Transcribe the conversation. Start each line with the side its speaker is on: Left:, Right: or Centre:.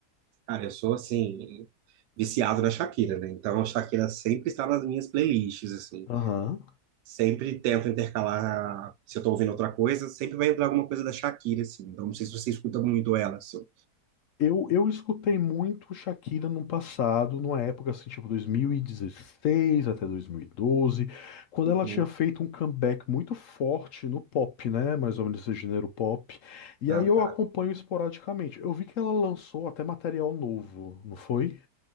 Right: Cara, eu sou, assim, viciado na Shakira, né? Então, a Shakira sempre está nas minhas playlists, assim.
Left: Aham.
Right: Sempre tento intercalar, se eu tô ouvindo outra coisa, sempre vai entrar alguma coisa da Shakira, assim. Então, não sei se você escuta muito ela, assim.
Left: Eu, eu escutei muito Shakira no passado, numa época assim, tipo 2016 até 2012, quando
Right: Uhum.
Left: ela tinha feito um comeback muito forte no pop, né? Mais ou menos esse gênero pop. E
Right: Ah,
Left: aí eu
Right: tá.
Left: acompanho esporadicamente. Eu vi que ela lançou até material novo, não foi?